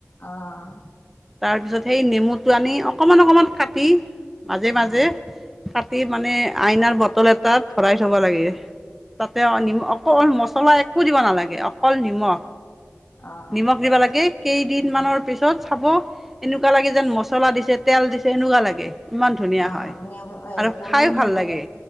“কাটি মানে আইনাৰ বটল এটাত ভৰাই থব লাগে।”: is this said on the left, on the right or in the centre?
Centre